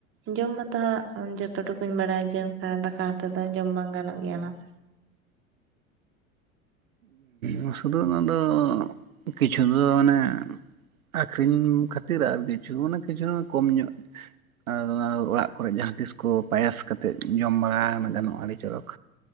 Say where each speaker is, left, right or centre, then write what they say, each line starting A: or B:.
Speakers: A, on the right; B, on the right.
A: ᱡᱚᱢ ᱢᱟᱛᱚ ᱦᱟᱸᱜ ᱡᱚᱛᱚ ᱴᱩᱠᱩᱧ ᱵᱟᱰᱟᱭᱟ ᱡᱮ ᱚᱸᱠᱟ ᱫᱟᱠᱟ ᱦᱟᱛᱮ ᱫᱚ ᱡᱚᱢ ᱵᱟᱝ ᱜᱟᱱᱚᱜ ᱜᱮᱭᱟ ᱱᱷᱟᱸᱜ?
B: ᱩᱸ ᱥᱩᱫᱩ ᱚᱱᱟ ᱫᱚ ᱠᱤᱪᱷᱩ ᱫᱚ ᱚᱱᱮ ᱟᱹᱠᱷᱨᱤᱧ ᱠᱷᱟᱹᱛᱤᱨ ᱟᱨ ᱠᱤᱪᱷᱩ ᱚᱱᱟ ᱠᱤᱪᱷᱩ ᱱᱚᱜ ᱠᱚᱢ ᱧᱚᱜ ᱟᱨ ᱚᱱᱟ ᱫᱚ ᱚᱲᱟᱜ ᱠᱚᱨᱮᱫ ᱡᱟᱦᱟᱸ ᱛᱤᱥ ᱠᱚ ᱯᱟᱭᱟᱥ ᱠᱟᱛᱮᱫ ᱡᱚᱢ ᱵᱟᱲᱟ ᱚᱱᱟ ᱜᱟᱱᱚᱜ-ᱟ ᱟᱹᱰᱤ ᱪᱚᱨᱚᱠ᱾